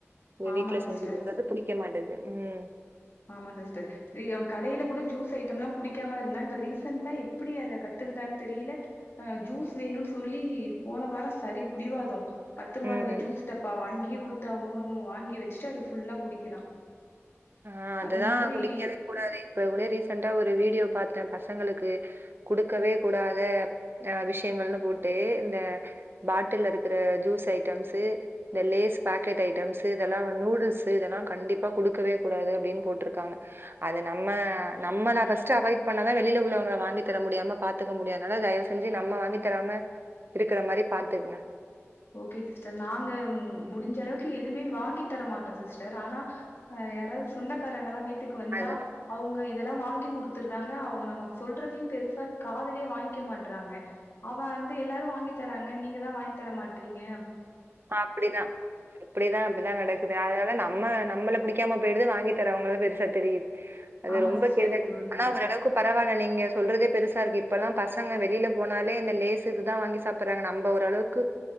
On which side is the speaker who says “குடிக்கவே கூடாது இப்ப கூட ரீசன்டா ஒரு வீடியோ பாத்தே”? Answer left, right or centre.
Right